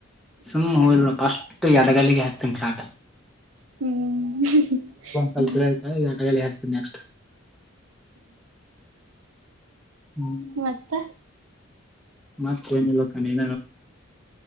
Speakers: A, in the centre; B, on the right.
A: ಸುಮ್ ಮೊಬೈಲ್ ಪಾಸ್ಪ. ಎಡಗಲ್ಲಿಗೆ ಹಾಕ್ತನಿ ಸ ಆಟ.
B: ಹ್ಮ್
A: ಸ್ವಲ್ಪ
B: ಹ್ಮ.
A: ಇದಾಯ್ತ ಎಡಗಲ್ಲಿ ನೆಕ್ಸ್ಟ್. ಹ್ಮ್
B: ಮತ್ತ
A: ಮ. ಏನಿಲ್ಲಕ್ಕ ನ.